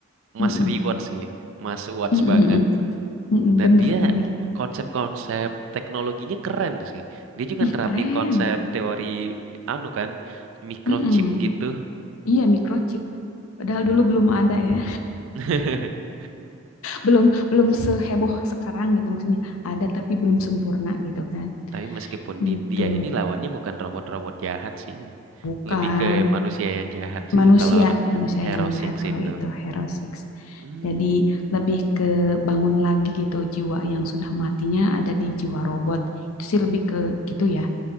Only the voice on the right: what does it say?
Mas
Reward sih. Mas Watts
banget.
Dan
dia
konsep-konsep teknologinya keren sih. Dia juga
nerapin
konsep teori anu kan microchip
gitu.
<laughs>
Tapi meskipun ni-
dia ini lawannya bukan robot-robot jahat sih.
Lebih ke manusia yang jahat sih
kalau
Hero
Six
itu.
Hmm,